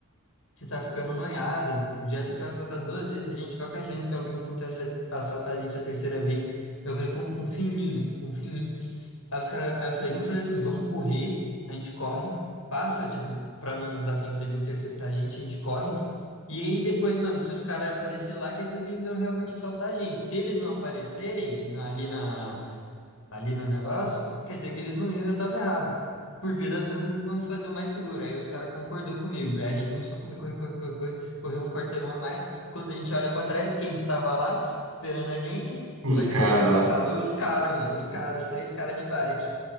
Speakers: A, on the left (about 65°); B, on the right (about 80°).
A: Você tá ficando noiado. Já tentaram assaltar duas vezes a gente. Qual que é a chance de alguém tentar assa- assaltar a gente a terceira vez? Eu falei, com, confia em mim, mano, confia em mim. Aí os caras, aí eu falei, vamos fazer assim, vamos correr. A gente corre, passa, tipo, pra não dar tempo deles interceptar a gente, a gente corre. E aí depois, mano, se os caras aparecer lá, quer dizer que eles vão realmente assaltar a gente. Se eles não aparecerem na- ali na, ali no negócio, quer dizer que eles não iam e eu estava errado. Por via das dúvidas, vamos fazer o mais seguro. Aí os caras concordou comigo. Aí a gente começou a correr, correr, correr, correr, correr, correu um quarteirão a mais. Quando a gente olha para trás, quem que tava lá esperando a gente?
B: Os
A: Só que
B: caras
A: a gente já tinha passado.
B: lá.
A: Os caras, mano, os caras, os três caras de bike.